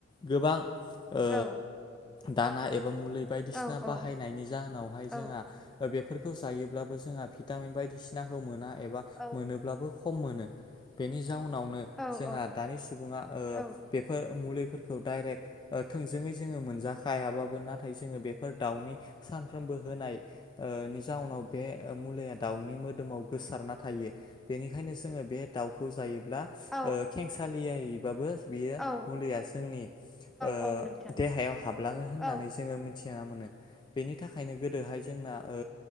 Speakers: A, on the left; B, in the centre.
A: गोबां ओ
B: औ
A: दाना एबा बा बायदिसि
B: औ औ
A: बाहायनायनि जाहोनावहाय
B: औ
A: जोंहा ओ बे फोरखौ जायोब्लाबो जोंहा भिटामिन बायदिसिनाखौ मोना एबा
B: औ
A: मोनोब्लाबो खम मोनो बेनि जाउनावनो
B: औ
A: जोंहा
B: औ
A: दानि सुबुङा ओ
B: औ
A: बेफोर मुलि फोरखौ डाइरेक्ट थोंजोङै जोङो मोनजाखायाबाबो नाथाय जोङो बेफोर दाउनि सानफ्रोमबो होनायनि ओ जाउनाव बे मुलिया दाउनि मोदोमाव गोसारना थायो बेनि ओंखायनो जोङो बे दाउखौ जायोब्ला
B: औ
A: ओ खेंसालियायैबाबो बियो
B: औ
A: मुलिया जोंनि ओ
B: औ नोंथां
A: देहायाव हाबलाङो होननानै
B: औ नोंथां औ
A: जोङो मिथिना मोनो बेनि थाखायनो गोदोहाय जोंना ओ